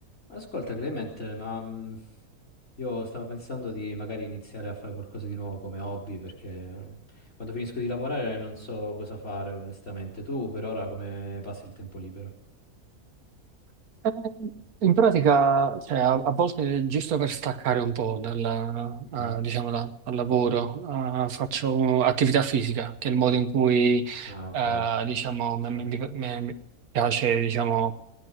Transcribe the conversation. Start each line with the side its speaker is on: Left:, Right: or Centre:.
Left: Ascolta Clement, ma mh, io stavo pensando di magari iniziare a fare qualcosa di nuovo come hobby perché mh, quando finisco di lavorare non so cosa fare onestamente. Tu per ora come passi il tempo libero?
Right: Eh, In pratica, cioè, a, a volte giusto per staccare un po' dalla-
Left: Mm.
Right: eh, diciamo da- dal lavoro, eh, faccio attività fisica, che è il modo in cui,
Left: Ah, ok.
Right: eh, diciamo,
Left: Ci
Right: mi,
Left: sta.
Right: mi- mi- mi piace, diciamo,